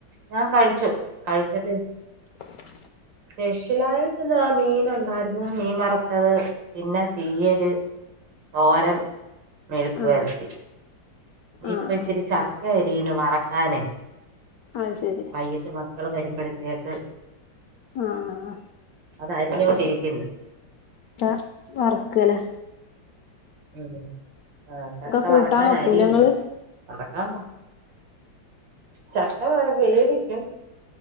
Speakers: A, on the right; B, on the left.
A: ഞാൻ കഴിച്ചു കഴിച്ചിട്ട്.
B: <inaudible>
A: സ്പെഷ്യലായിട്ട് ഇന്ത മീൻ ഉണ്ടായിരുന്നു. മീൻ വറത്തത് പിന്നെ തീയല്. തോരൻ മെഴുക്ക പെരട്ടി.
B: ആഹ്
A: ഇപ്പ
B: ആഹ്
A: ഇച്ചിരിച്ചക്ക അരിന്ന് വറക്കാന്.
B: അഹ് ശരി
A: വൈകിട്ട് മക്കൾ വരുമ്പോഴത്തേക്ക്.
B: ആഹ്
A: അത് അരിഞ്ഞുകൊണ്ടിരിക്കുന്നു.
B: ത വറക്കല്.
A: ഉ ആ ചക്ക
B: കൂട്ടാൻ
A: വറക്കാനരിന്ന്
B: വെക്കൂലേ ഇങ്ങള്
A: വറക്കാമ്പാ ചക്ക വേവിക്കും.